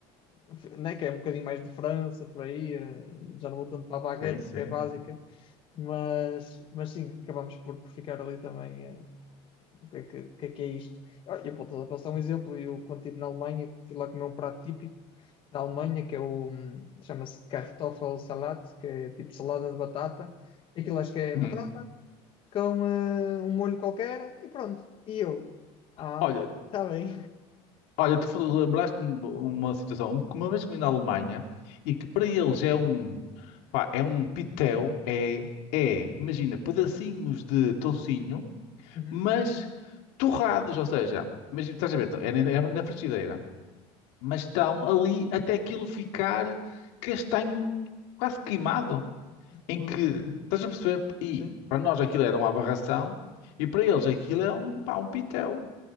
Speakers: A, on the left; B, on the left.
A: f- né? Que é um bocadinho mais de França, por aí, eh, já não vou tanto para a baguete
B: Sim, sim.
A: porque é básica. Mas, mas sim, acabamos por, por ficar ali também. eh, o que é que, o que é que é isto? Ah, eu posso dar- um exemplo, eu quando estive na Alemanha, fui lá comer um prato típico da Alemanha, que é o, hum, chama-se Kartoffelsalat, que é tipo salada de batata, aquilo acho que é
B: Hum.
A: batata com eh, um molho qualquer, e pronto, e eu, ah,
B: Olha,
A: está bem.
B: Olha, tu fal- lembraste-me uma situação que uma vez comi na Alemanha e que para eles é um, pá, é um pitel, é, é, imagina, pedacinhos de toucinho,
A: Uhum.
B: mas torrados, ou seja, mas estás a ver, é na, é na frigideira, mas estão ali até aquilo ficar castanho quase queimado, em
A: Uh,
B: que, estás a perceber? E
A: Sim.
B: para nós aquilo era uma aberração e para eles aquilo é um, pá, um pitel.